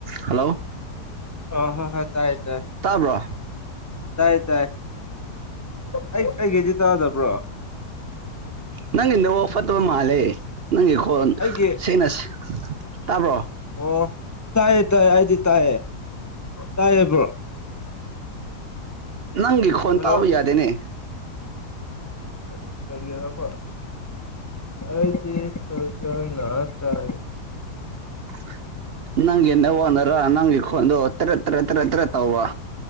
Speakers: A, on the right; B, on the left.
A: hello
B: ꯑ ꯍꯣ ꯍꯣ ꯇꯥꯏ ꯇꯥꯏ
A: ꯇꯥꯕ꯭ꯔꯣ
B: ꯇꯥꯏ ꯇꯥꯏ ꯑꯩ ꯑꯩꯒꯤꯗꯤ ꯇꯥꯗꯕ꯭ꯔꯣ
A: ꯅꯪꯒꯤꯟꯗ ꯋꯥ ꯐꯠꯇꯕ ꯃꯥꯜꯂꯦ ꯅꯪꯒꯤ ꯈꯣꯟ
B: ꯑꯩꯒꯤ
A: ꯁꯦꯡꯅꯁꯤ ꯇꯥꯕꯣ
B: ꯑꯣ ꯇꯥꯏꯌꯦ ꯇꯥꯏꯌꯦ ꯍꯥꯏꯗꯤ ꯇꯥꯏꯌꯦ ꯇꯥꯏꯌꯦꯦꯕ꯭ꯔꯣ
A: ꯅꯪꯤꯈꯣꯣꯟꯇꯕ
B: ꯍꯜꯂꯣ
A: ꯌꯥꯗꯦꯅꯦ
B: ꯑꯁ ꯀꯔꯤꯌꯔꯐ ꯑꯗꯤ ꯐꯁ ꯇꯔꯦ
A: <inaudible> ꯅꯪ ꯅ ꯋꯥꯅꯔ ꯅꯪ ꯏ ꯇꯔ ꯇꯔ ꯇꯔ ꯇꯔ ꯇꯋꯥꯋꯥ